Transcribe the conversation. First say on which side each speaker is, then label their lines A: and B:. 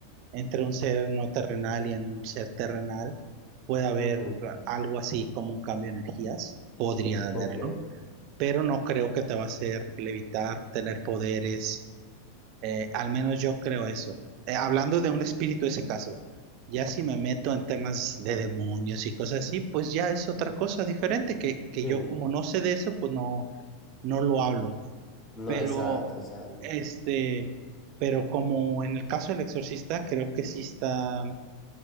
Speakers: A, on the right; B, on the left.
A: entre un ser no terrenal y un ser terrenal. Puede haber
B: ujú,
A: algo así como un cambio de energías, podría haberlo,
B: ok,
A: pero no creo que te va a hacer levitar, tener poderes eh, al menos yo creo eso. Eh, hablando de un espíritu, ese caso, ya si me meto en temas de demonios y cosas así, pues ya es otra cosa diferente, que, que
B: sí,
A: yo como no sé de eso, pues no, no lo hablo.
B: no,
A: Pero,
B: exacto, exacto.
A: este, pero como en el caso del exorcista, creo que sí está,